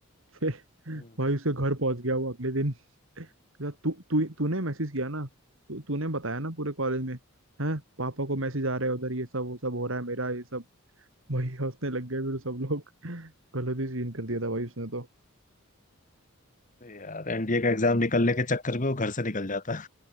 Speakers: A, on the right; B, on the left.
A: फिर
B: हम्म।
A: भाई उसके घर पहुंच गया वो अगले दिन कहता, तू तू तूने मैसेज किया ना तू तूने बताया ना पूरे कॉलेज में हैं पापा को मैसेज आ रहे हैं उधर ये सब वो सब हो रहा है मेरा ये सब भाई हंसने लग गए फिर सब लोग गलत ही सीन कर दिया था भाई उसने तो
B: अरे यार एनडीए का एग्जाम निकलने के चक्कर में वो घर से निकल जाता